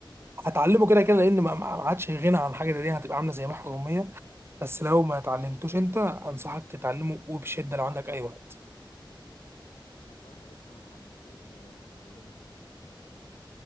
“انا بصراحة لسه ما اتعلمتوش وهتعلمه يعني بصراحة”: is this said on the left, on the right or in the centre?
Left